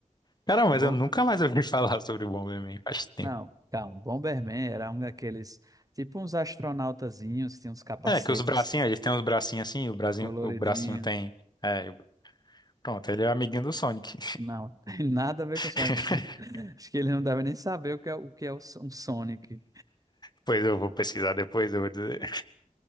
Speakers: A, on the left; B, on the right.
A: Cara, mas
B: bom,
A: eu nunca mais ouvi <laughs> falar sobre o Bomberman, faz tempo.
B: não, calma. Bomberman era um daqueles, tipo uns astronautazinhos, tinha uns capacetes
A: É, que os bracinhos, eles têm os bracinhos assim, o bracinho,
B: coloridinhos.
A: o bracinho tem. É, pronto, ele é amiguinho do Sonic.
B: Não, <laughs> tem nada a ver
A: <laughs>
B: com Sonic. <laughs> Acho que ele não deve nem saber o que é, o que é o- so- um Sonic.
A: Pois eu vou pesquisar depois, eu vou dizer.